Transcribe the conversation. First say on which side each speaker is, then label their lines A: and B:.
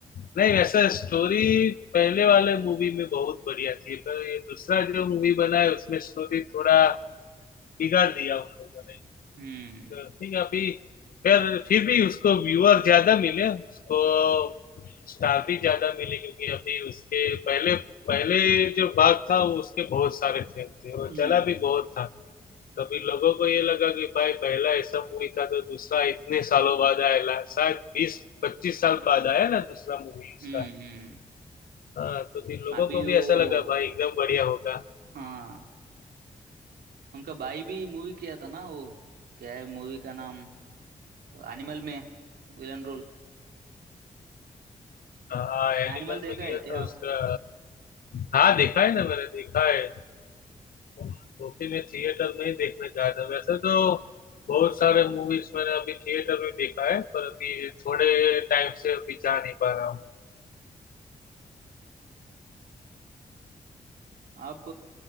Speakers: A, on the left (about 65°); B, on the right (about 85°).
A: नहीं वैसा स्टोरी पहले वाले मूवी में बहुत बढ़िया थी पर ये दूसरा जो मूवी बना है उसमें स्टोरी थोड़ा बिगाड़ दिया उन लोगों
B: हम्म
A: ने ठीक है अभी फिर फिर भी उसको व्यूअर ज्यादा मिले उसको स्टार भी ज्यादा मिले क्योंकि अभी उसके पहले पहले जो भाग था वो उसके बहुत सारे फैन थे और
B: हम्म
A: चला भी बहुत था तभी लोगों को ये लगा कि भाई पहला ऐसा मूवी था तो दूसरा इतने सालों बाद आया ला- शायद बीस पच्चीस साल बाद आया ना दूसरा मूवी इसका
B: हम्म हम्म।
A: हाँ तो फिर लोगों
B: अभी
A: को
B: वो
A: भी ऐसा लगा भाई एकदम बढ़िया होगा
B: हाँ उनका भाई भी मूवी किया था ना वो क्या है मूवी का नाम एनिमल में विलन रोल
A: हाँ एनिमल
B: एनिमल देखा
A: में
B: है
A: गया
B: क्या
A: तो
B: आप
A: उसका हाँ देखा है ना मैंने देखा है वो भी मैं थिएटर में ही देखने गया था वैसे तो बहुत सारे मूवीज मैंने अभी थिएटर में देखा है पर अभी थोड़े टाइम से अभी जा नहीं पा रहा हूँ
B: आप